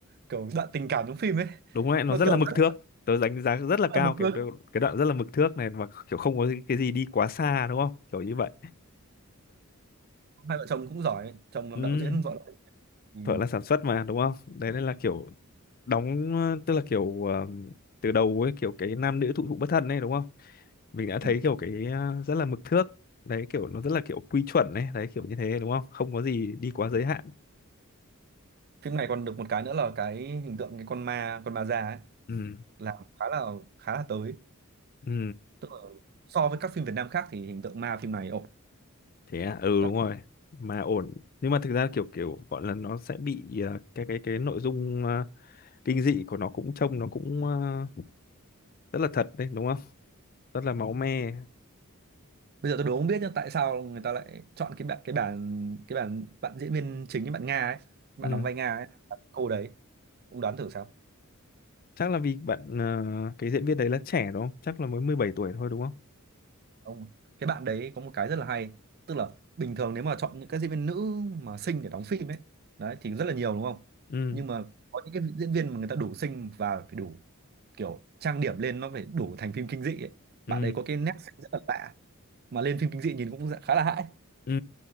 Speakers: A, on the right; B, on the left.
A: kiểu đoạn tình cảm trong phim ấy
B: đúng đấy nó
A: nó
B: rất
A: kiểu
B: là mực
A: rất
B: thước tớ đánh giá rất là cao
A: là một
B: cái
A: người
B: cái đoạn rất là mực thước này và kiểu không có cái gì đi quá xa đúng không kiểu như vậy
A: hai vợ chồng cũng giỏi chồng làm
B: ừ
A: đạo diễn vợ là ừ.
B: vợ là sản xuất mà đúng không đấy nên là kiểu đóng ờ, tức là kiểu ờ, từ đầu ấy kiểu cái nam nữ thụ thụ bất thân ấy đúng không mình đã
A: ừ.
B: thấy kiểu cái ờ, rất là mực thước đấy kiểu nó rất là kiểu quy chuẩn ấy đấy kiểu như thế đúng không không có gì đi quá giới hạn
A: phim này còn được một cái nữa là cái hình tượng cái con ma con ma già ấy
B: ừ
A: là khá là khá là tới
B: ừ
A: tức là so với các phim Việt Nam khác thì hình tượng ma phim này ổn
B: thế à ừ
A: Các-
B: đúng rồi mà ổn nhưng mà thực ra kiểu kiểu gọi là nó sẽ bị ờ, cái cái cái nội dung ờ, kinh dị của nó cũng trông nó cũng ờ, rất là thật đấy đúng không rất là máu me
A: bây giờ tôi đố không biết nhưng tại sao người ta lại chọn cái bạn cái bạn cái bạn bạn diễn viên chính cái bạn Nga ấy bạn
B: ừ
A: đóng vai Nga ấy cô đấy ông đoán thử sao
B: chắc là vì bạn ờ, cái diễn viên đấy là trẻ đúng không chắc là mới 17 tuổi thôi đúng không
A: Ông cái bạn đấy có một cái rất là hay, tức là bình thường nếu mà chọn những các diễn viên nữ mà xinh để đóng phim ấy, đấy thì rất là nhiều đúng không?
B: ừ
A: Nhưng mà có những cái diễn viên mà người ta đủ xinh và phải đủ kiểu trang điểm lên nó phải đủ thành phim kinh dị ấy.
B: ừ
A: Bạn đấy có cái nét xinh rất là lạ mà lên phim kinh dị nhìn cũng dạ- khá là hãi.
B: Ừ,